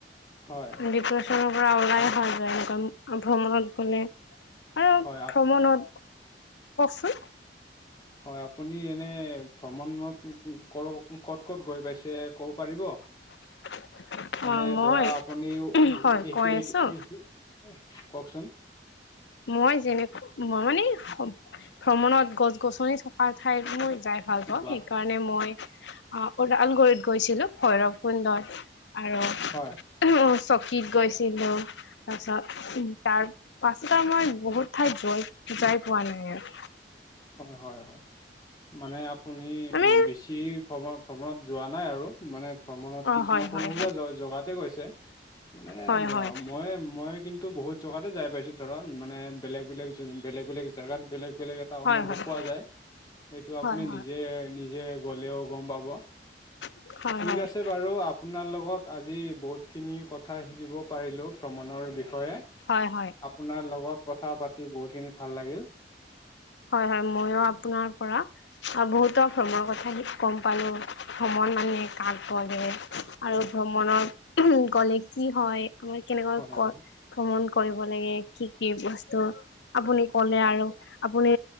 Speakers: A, on the left; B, on the left.
A: হয়।
B: ডিপ্ৰেশ্যনৰ পৰা ওলাই অহা যায়, এনেকুৱা অ' ভ্ৰমণত গ'লে আৰু
A: হয়
B: ভ্ৰমণত কওঁকচোন।
A: হয় আপুনি এনেই ভ্ৰমণত ক' ক'ত ক'ত গৈ পাইছে ক'ব পাৰিব?
B: <inaudible>
A: মানে
B: অ মই
A: ধৰা আপুনিও এই
B: হয়
A: এইটো
B: কৈ আছো
A: এইহ কওঁকচোন।
B: মই যেনেকো মই মানেই ভ্ৰমণত গছ গছনি থকা ঠাইত মই যাই ভাল পাওঁ।
A: বা
B: সেইকাৰণে মই আহ ওদালগুৰিত গৈছিলো, ভৈৰৱ কুণ্ডত আৰু
A: হয়
B: <unintelligible> চকীত গৈছিলো, তাৰপিছত তাৰ ত' মই বহুত ঠাইত গৈ যাই পোৱা নাই আৰু
A: হয় হয় হয়। মানে আপুনি
B: আমি
A: বেছি ভ্ৰম ভ্ৰমণত যোৱা নাই আৰু মানে ভ্ৰমণত
B: অ
A: কিছুমান
B: হয়
A: সৰু
B: হয়
A: সুৰা জ জগাতে গৈছে মানে
B: হয় হয়
A: মই মই কিন্ টো বহুত জগাতে যাই পাইছো ধৰা মানে বেলেগ বেলেগ জ বেলেগ বেলেগ জেগাত বেলেগ বেলেগ। এটা
B: হয়
A: অনুভৱ
B: হয় হয়
A: পোৱা যায়, সেইটো আপুনি
B: হয় হয়
A: নিজে নিজে গ'লেও গম পাব,
B: হয়
A: ঠিক
B: হয়
A: আছে বাৰু আপোনাৰ লগত আজি বহুতখিনি কথা শিকিব পাৰিলোঁ ভ্ৰমণৰ বিষয়ে।
B: হয় হয়।
A: আপোনাৰ লগত কথা পাতি বহুতখিনি ভাল লাগিল।
B: হয় হয় মইো আপোনাৰ পৰা বহুতো ভ্ৰমৰ কথা গম পালো। ভ্ৰমণ মানে কাক কয় মানে আৰু ভ্ৰমণৰ গলে কি হয়। মই কেনেকৈ
A: হয়
B: কয়।
A: হয়
B: ভ্ৰমণ কৰিব লাগে, কি কি বস্তু আপুনি কলে আৰু। আপুনি